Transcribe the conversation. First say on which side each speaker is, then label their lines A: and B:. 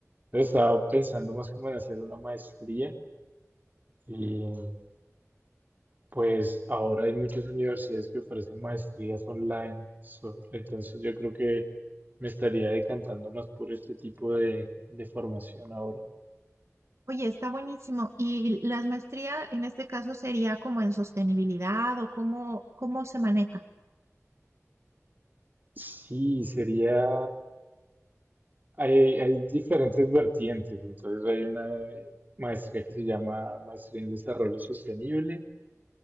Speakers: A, on the right; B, on the right.
A: Entonces estaba pensando más como en hacer una maestría y pues ahora hay muchas universidades que ofrecen maestrías online. So- entonces yo creo que me estaría decantando más por este tipo de, de formación ahora.
B: Oye, está buenísimo. ¿Y las maestrías en este caso sería como en sostenibilidad o cómo, cómo se maneja?
A: Sí, sería Hay, hay diferentes vertientes, entonces hay una maestría que se llama Maestría en Desarrollo Sostenible,